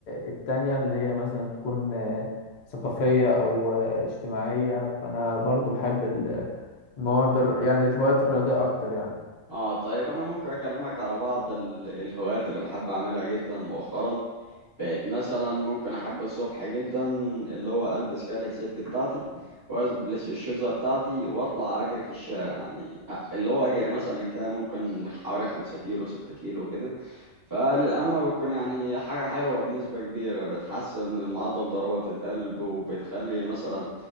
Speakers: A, on the left; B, on the right.
A: التانية اللي هي مثلا تكون آه، ثقافية أو آه، اجتماعية فأنا برضو بحب ال- المواهب الر- يعني الهوايات الرياضية أكتر يعني
B: اه طيب انا ممكن اكلمك على بعض ال- الهوايات اللي بحب اعملها جدا مؤخرا بقت مثلا ممكن احب الصبح جدا اللي هو البس كالة ست بتاعتي والبس الشوزة بتاعتي واطلع اجري في الشارع يعني اللي هو اجري مثلا كده ممكن حوالي خمسة كيلو ستة كيلو كده فللأمانة بتكون يعني حاجة حلوة بنسبة كبيرة بتحسن من معدل ضربات القلب وبتخلي مثلا